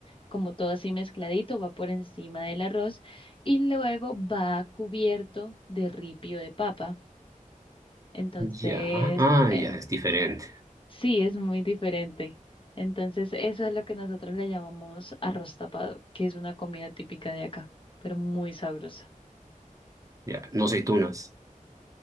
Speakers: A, on the left; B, on the right.
A: como todo así mezcladito, va por encima del arroz y luego va cubierto de ripio de papa. Entonces,
B: ya. Ah,
A: eh,
B: ya, es diferente.
A: sí, es muy diferente. Entonces, eso es lo que nosotros le llamamos arroz tapado, que es una comida típica de acá, pero muy sabrosa.
B: Ya, no aceitunas.